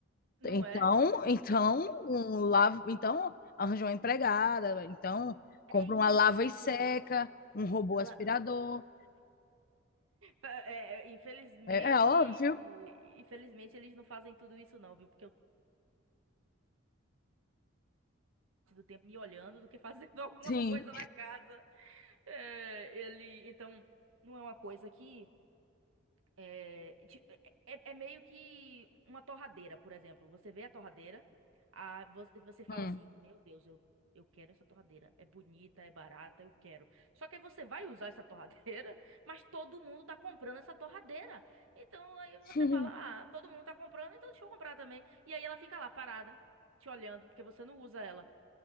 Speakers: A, on the right; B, on the left.
A: Não
B: então,
A: é?
B: então, um lava, então arranja uma empregada, então compra
A: É isso.
B: uma lava e seca, um robô
A: Lá-
B: aspirador,
A: é, é, infelizmente,
B: É, é óbvio.
A: infelizmente eles não fazem tudo isso não, viu? Porque eu passo do tempo me olhando do que fazendo <laughs> alguma
B: Sim.
A: coisa na casa. É, ele, então, não é uma coisa que é, ti- é, é é meio que uma torradeira, por exemplo. Você vê a torradeira, a, você, você fala
B: Hum.
A: assim, meu Deus, eu, eu quero essa torradeira. É bonita, é barata, eu quero. Só que aí você vai usar essa torradeira, <laughs> mas todo mundo tá comprando essa torradeira. Então aí você
B: <laughs>
A: fala, ah, todo mundo tá comprando, então deixa eu comprar também. E aí ela fica lá parada, te olhando, porque você não usa ela.